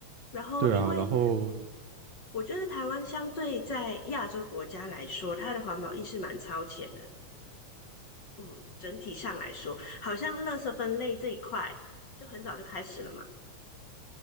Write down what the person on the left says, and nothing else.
然后因为
我觉得台湾相对在亚洲国家来说，它的环保意识蛮超前的。嗯，整体上来说，好像垃圾分类这一块就很早就开始了嘛。